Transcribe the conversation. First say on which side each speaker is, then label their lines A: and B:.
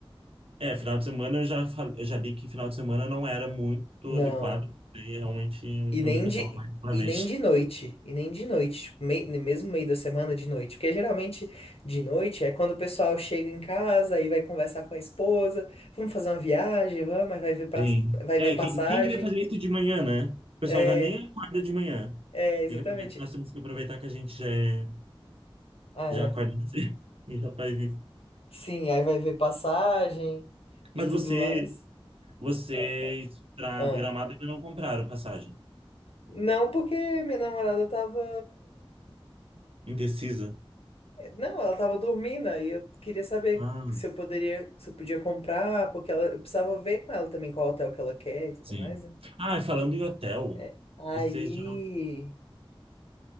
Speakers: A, on the right; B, on the left.
A: É, final de semana eu já, fal- eu já li que final de semana não era muito
B: Não.
A: adequado, e é realmente
B: E nem
A: onde o pessoal
B: de,
A: mais planeja.
B: e nem de noite. E nem de noite. Tipo, mei- mesmo meio da semana, de noite. Porque geralmente de noite é quando o pessoal chega em casa e vai conversar com a esposa. Vamos fazer uma viagem, vamos, aí vai ver, pra,
A: Sim.
B: vai
A: É,
B: ver passagem.
A: quem, quem que vai fazer isso de manhã, né? O pessoal
B: É,
A: já nem acorda de manhã.
B: é, exatamente.
A: Tem que aproveitar, nós temos que aproveitar que a gente já é
B: Ah,
A: Já
B: é.
A: acorda cedo <laughs> e já faz isso.
B: Sim, aí vai ver passagem e
A: Mas
B: tudo
A: você,
B: mais.
A: vocês
B: Ah.
A: para
B: ah.
A: Gramado ainda não compraram passagem.
B: Não, porque minha namorada tava.
A: Indecisa?
B: Não, ela tava dormindo, aí eu queria saber
A: Ah,
B: se eu poderia, se eu podia comprar, porque ela, eu precisava ver com ela também qual hotel que ela quer e tudo
A: sim.
B: mais, né?
A: Ah, e falando em hotel,
B: É, Aí.
A: você já.